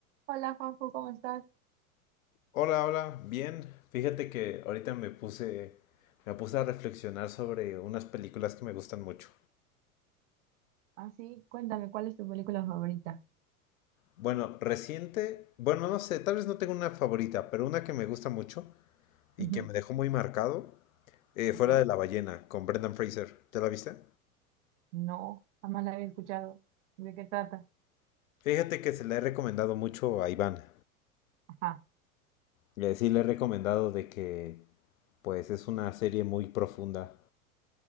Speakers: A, on the right (about 55°); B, on the left (about 65°).
A: Hola Juanjo, ¿cómo estás?
B: Hola, hola, bien. Fíjate que ahorita me puse, me puse a reflexionar sobre unas películas que me gustan mucho.
A: Así, cuéntame, ¿cuál es tu película favorita?
B: Bueno, reciente, bueno, no sé, tal vez no tengo una favorita, pero una que me gusta mucho y
A: Ujú,
B: que me dejó muy marcado, eh,
A: ok.
B: fue la de La ballena, con Brendan Fraser. ¿Ya la viste?
A: No, jamás la había escuchado. ¿De qué trata?
B: Fíjate que se la he recomendado mucho a Iván.
A: Ajá,
B: Y así le he recomendado de que, pues, es una serie muy profunda.